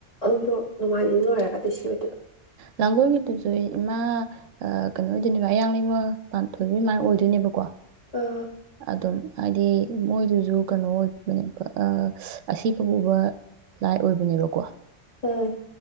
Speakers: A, on the left; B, on the right.
A: ꯑꯗꯣ ꯅꯣꯡꯃꯥꯏꯖꯤꯡ ꯑꯣꯏꯔꯒꯗꯤ ꯁꯤ ꯑꯣꯏꯗꯣꯏꯕ
B: ꯂꯥꯡꯒꯣꯜꯒꯤꯗꯨꯁꯨ ꯏꯃꯥ ꯑ ꯀꯩꯅꯣ ꯑꯣꯏꯗꯣꯏꯅꯦꯕ ꯑꯌꯥꯡ ꯂꯩꯃ ꯄꯥꯟꯊꯣꯏꯕꯤ ꯑꯗꯨꯃꯥꯏ ꯑꯣꯏꯗꯣꯏꯅꯦꯕꯀꯣ
A: ꯑ
B: ꯑꯗꯨꯝ ꯍꯥꯏꯗꯤ ꯃꯣꯏꯗꯨꯖꯨ ꯀꯩꯅꯣ ꯑꯣꯏꯕꯅꯦꯕ ꯑ ꯑꯁꯤꯕ ꯄꯨꯕ ꯂꯥꯏ ꯑꯣꯏꯕꯅꯦꯕꯀꯣ
A: ꯑꯝ